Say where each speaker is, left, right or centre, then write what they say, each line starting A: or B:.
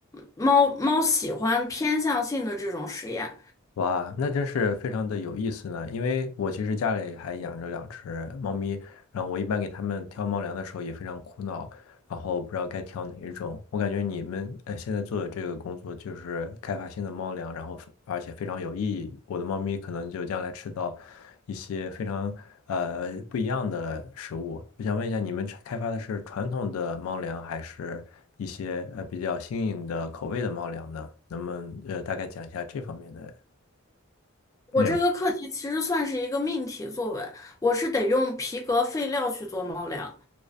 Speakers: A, on the left; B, on the left.
A: 猫猫喜欢偏向性的这种实验。
B: 哇，那真是非常的有意思呢。因为我其实家里还养着两只猫咪，然后我一般给它们挑猫粮的时候也非常苦恼，然后不知道该挑哪一种。我感觉你们呃现在做的这个工作就是开发新的猫粮，然后而且非常有意义。我的猫咪可能就将来吃到一些非常呃不一样的食物。我想问一下，你们开发的是传统的猫粮，还是一些呃比较新颖的口味的猫粮呢？能不能呃大概讲一下这方面的？
A: 我这个课题其实算是一个命题作文，
B: 内容。
A: 我是得用皮革废料去做猫粮，